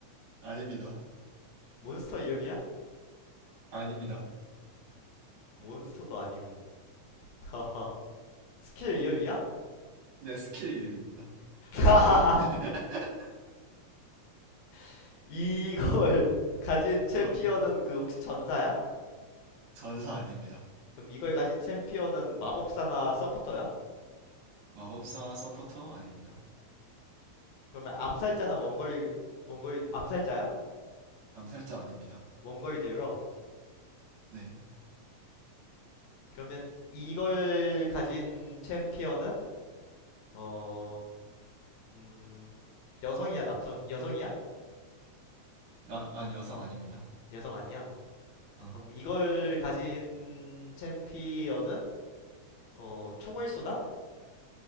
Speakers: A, on the right; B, on the left.
A: 아닙니다.
B: 몬스터 이름이야?
A: 아닙니다.
B: 몬스터도 아니고. 하하. <laughs> 스킬 위험이야?
A: 내 스킬 이름입니다.
B: 하하.
A: <laughs>
B: <laughs> 이걸 <laughs> 가진 챔피언은
A: 어,
B: 그 혹시 전사야?
A: 전사 아닙니다.
B: 그럼 이걸 가진 챔피언은 마법사나 서포터야?
A: 마법사 서포터 아닙니다.
B: 그러면 암살자나 원거리 원거리 암살자야?
A: 암살자 아닙니다.
B: 원거리 딜러.
A: 네.
B: 그러면 이걸 가진 챔피언은 어, 음, 여성이야, 남성, 여성이야?
A: 나, 아니, 여성 아닙니다.
B: 여성 아니야?
A: 어.
B: 그럼 이걸 가진 챔피언은 어, 총을 쏘나?